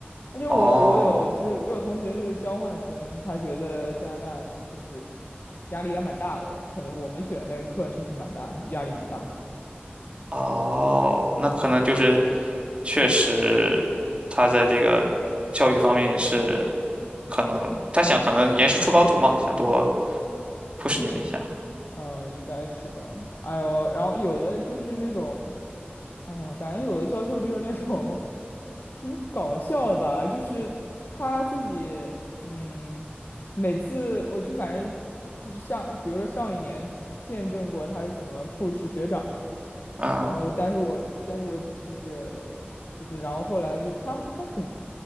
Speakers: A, on the left (about 60°); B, on the right (about 30°).
A: 而且我我有就是我有同学就是交换生，
B: 哦
A: 他觉得加拿大就是压力也蛮大的，可能我们选的那个课确实蛮大的，压力蛮大的
B: 哦，那可能就是确实，他在这个教育方面是可能他想可能严师出高徒嘛，想多 push 你们一下。
A: 嗯，应该是吧。哎呦，然后有的就是那种，哎呦，感觉有的教授就是那种挺搞笑的吧，就是他自己，嗯，每次我就反正就是像，比如说上一年见证过他是怎么 push 学长的。
B: 嗯
A: 然后，但是我，但是我就是就是，然后后来就他他很